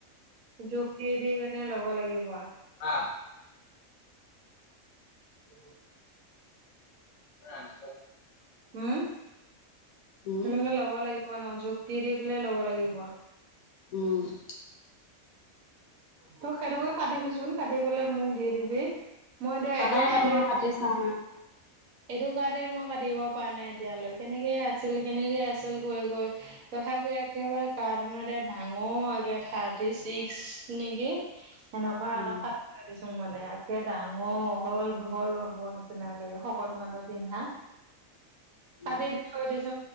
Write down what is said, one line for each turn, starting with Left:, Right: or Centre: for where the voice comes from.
Right: জোখ দিয়ে দি কেনে ল'ব লাগিব
Left: অ',
Right: উ
Left: অ',
Right: উম,
Left: উম
Right: সেনেকে ল'ব লাগিব ন জখ দি দি পেলাই ল'ব লাগিব
Left: উম,
Right: তোক সেইটোকে কাটিবিচোন কাটি পলে মোক দি দিবি- মই দো
Left: কটাই
Right: এইটো কাৰ
Left: নাই
Right: দে
Left: মই
Right: এ
Left: কাটি চাওঁ
Right: এইটো কাৰতে মই কাটিব পৰা নাই এতিয়ালৈ কেনেকে আছিল কেনেকে আছিল গৈ গৈ তথাপিও একেবাৰে কাৰ্টন দ ডাঙৰ আগে ঠাই থি ছিক্স নেকি, এনেকুৱা
Left: উম
Right: আধাৰ কাৰ দি চং মানে একে ডাঙৰ অল বহল হব নিচিনাকে সকলো মানুহে পিন্ধা ততে
Left: উম
Right: দিছ দি চ